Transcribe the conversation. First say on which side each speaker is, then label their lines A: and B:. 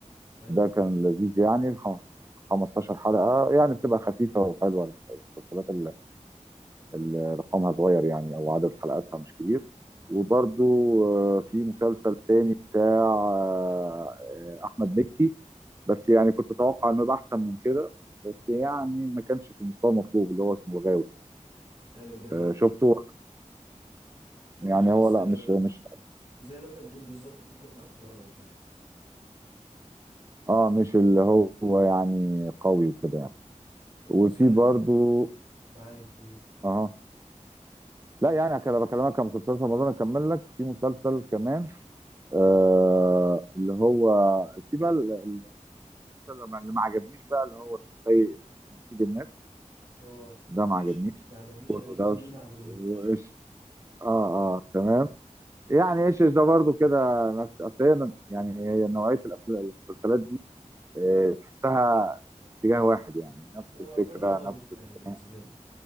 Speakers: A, on the right; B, on the right.
A: ايوه
B: ده
A: فعلا
B: كان لذيذ يعني خ- 15 حلقة يعني بتبقى خفيفة وحلوة المسلسلات اللي اللي رقمها صغير يعني أو عدد حلقاتها مش كبير وبرضو آه، في مسلسل تاني بتاع آه، آه، أحمد مكي بس يعني كنت أتوقع إنه يبقى أحسن من كده بس يعني ما كانش في المستوى المطلوب اللي هو اسمه الغاوي
A: ايوه دي حقيقة
B: آه، شفته
A: شفته
B: يعني
A: بس
B: هو لا
A: آه،
B: مش مش
A: زي ما انت بتقول بالظبط اتفق معاك في رأيك يعني
B: اه مش اللي هو يعني قوي وكده يعني وفي
A: بصراحة
B: برضو
A: انا معاك قول
B: اه لا يعني كده بكلمك كمسلسلات رمضان اكمل لك في مسلسل كمان آه اللي هو في بقى ال- ال- المسلسل اللي ما عجبنيش بقى اللي هو اسمه سيء اسمه سيد الناس
A: اه
B: ده
A: وايش
B: ما عجبنيش
A: ما عجبنيش
B: وده
A: انا الاتنين
B: وش
A: دول ما عجبونيش
B: وايش اه اه تمام يعني ايش ايش ده برضو كده نفس أصل هي- يعني هي نوعيه الافلام المسلسلات دي آه تحسها اتجاه واحد يعني نفس
A: هو
B: الفكره
A: فن هابط
B: نفس
A: يعني
B: الخناقه
A: بالنسبة